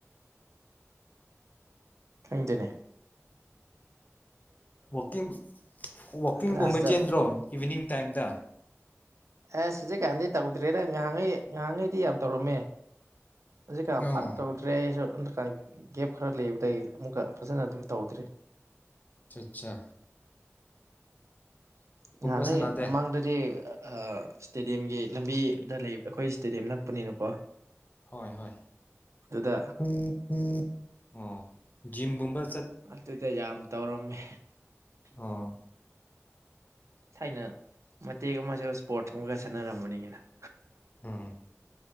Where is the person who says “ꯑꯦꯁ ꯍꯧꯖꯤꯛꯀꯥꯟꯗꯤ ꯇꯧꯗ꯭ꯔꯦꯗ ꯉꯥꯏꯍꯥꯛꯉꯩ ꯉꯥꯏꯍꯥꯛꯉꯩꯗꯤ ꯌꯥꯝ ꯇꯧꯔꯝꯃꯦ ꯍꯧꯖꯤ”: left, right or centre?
Right